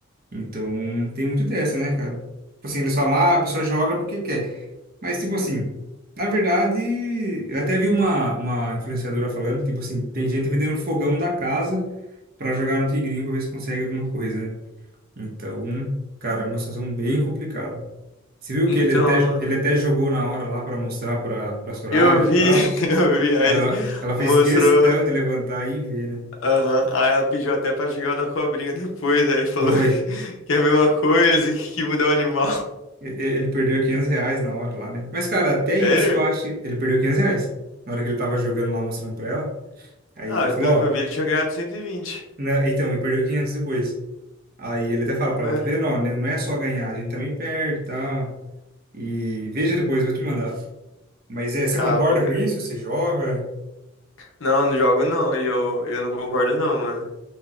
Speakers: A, on the right (about 45°); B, on the left (about 75°).
A: Então, tem muito dessa, né, cara? Tipo assim, eles falam, ah, a pessoa joga porque quer. Mas, tipo assim, na verdade, eu até vi uma, uma influenciadora falando, tipo assim, tem gente vendendo fogão da casa pra jogar no tigrinho pra ver se consegue alguma coisa, né? Então, cara, é uma situação bem complicada. Você viu
B: Então,
A: que ele até,
B: mano,
A: ele até jogou na hora lá pra mostrar pra, pra Soraya
B: eu vi,
A: e tal.
B: <laughs> eu vi, aí
A: Cara,
B: ele
A: ela, ela fez
B: mostrou,
A: questão de levantar e ver, né?
B: aham, aí ela pediu até pra jogar o da cobrinha depois, aí ele falou
A: Foi.
B: <laughs> que que é a mesma coisa, que, que muda o animal.
A: E- e- Ele perdeu quinhentos reais na hora lá, né? Mas, cara, até
B: Sério?
A: isso eu acho. Ele perdeu 500 reais na hora que ele tava jogando lá, mostrando pra ela. Aí
B: Ah,
A: ele falou,
B: pelo
A: ó.
B: que eu vi, ele tinha ganhado 120.
A: né, então, e perdeu 500 depois. Aí ele até fala pra
B: Ué?
A: ela, tá vendo? Ó, né, não é só ganhar, a gente também perde e tal. E veja depois, eu vou te mandar. Mas é, você
B: Ah,
A: concorda
B: vou ver
A: com isso?
B: depois.
A: Você joga?
B: Não, não jogo não, e eu, eu não concordo não, mano.